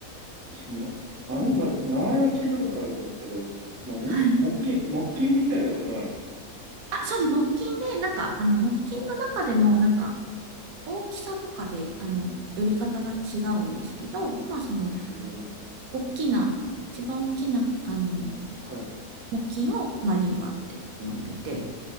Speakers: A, on the right; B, on the right.
A: その、マリンバ、名前は聞いたことあるんですけど、まあ、も、
B: はい。
A: 木琴、木琴みたいなことなんです
B: あ、そうです。木琴で、なんか、あの、木琴の中でも、
A: かはい。
B: なんか、大きさとかで、あの、呼び方が違うんですけど、まあ、その、
A: ええー
B: 大きな、一番大きな、あの、
A: はい。
B: 木琴をマリンバって呼んでて、